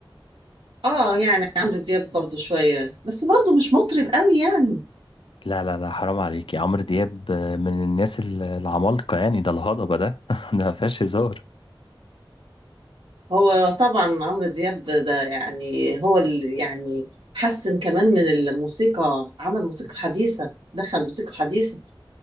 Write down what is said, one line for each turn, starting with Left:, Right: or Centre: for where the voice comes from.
Right: اه يعني عمرو دياب برضو شوية بس برضو مش مطرب قوي يعني
Left: لا لا لا حرام عليكي عمرو دياب من الناس ال- العمالقة يعني ده الهضبة ده <laughs> ده ما فيهاش هزار
Right: هو طبعا عمرو دياب ده يعني هو اللي يعني حسن كمان من الموسيقى عمل موسيقى حديثة دخل موسيقى حديثة